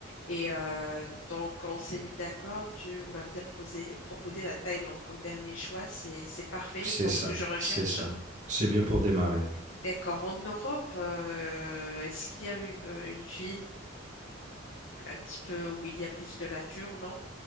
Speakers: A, on the left (about 75°); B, on the right (about 40°).
A: Et euh, donc on s'est mis d'accord, tu m'as bien prosé- proposé, la Thaïlande comme dernier choix, c'est, c'est parfait
B: C'est
A: pour
B: ça,
A: ce que je recherche.
B: c'est ça. C'est bien pour démarrer.
A: D'accord. En Europe, euh, est-ce qu'il y a une, une ville un petit peu où il y a plus de nature, non?